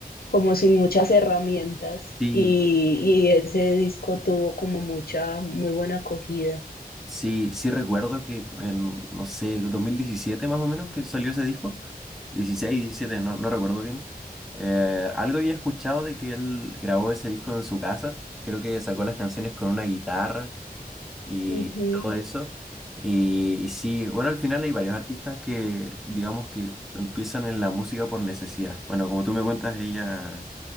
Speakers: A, on the left (about 75°); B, in the centre.
A: como sin muchas herramientas.
B: Sí.
A: Y, y ese disco tuvo como mucha, muy buena acogida.
B: Sí, sí recuerdo que en, no sé, 2017 más o menos que salió ese disco, dieciséis diecisiete no, no recuerdo bien. Eh, algo había escuchado de que él grabó ese disco en su casa, creo que sacó las canciones con una guitarra y
A: Ujú.
B: todo eso. Y, y sí, bueno, al final hay varios artistas que, digamos que empiezan en la música por necesidad. Bueno, como tú me cuentas, ella